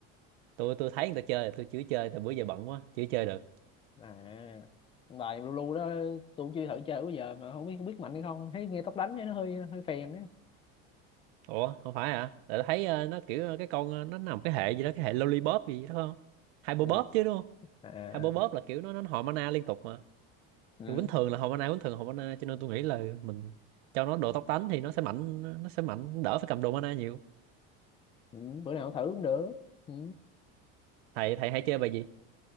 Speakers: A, on the right; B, on the left.
A: tôi tôi thấy người ta chơi tôi chưa chơi tại bữa giờ bận quá chưa chơi được
B: à bài Lulu đó tôi cũng chưa thử chơi bao giờ mà không biết không biết mạnh hay không thấy nghe tóc đánh thấy nó hơi hơi phèn á
A: ủa không phải hả tại tao thấy ờ, nó kiểu ờ, cái con ờ, nó nằm cái hệ gì đó cái hệ lollipop gì đó không hyperbop
B: ừ.
A: chứ đúng không
B: à
A: hyperbop là kiểu nó nó hồi mana liên tục mà
B: ừ.
A: kiểu bình thường là hồi mana bình thường là hồi mana cho nên tôi nghĩ là mình cho nó đồ tốc đánh thì nó sẽ mạnh nó sẽ mạnh đỡ phải cầm đồ mana nhiều
B: Ừ. bữa nào thử cũng được ừ.
A: thầy thầy hay chơi bài gì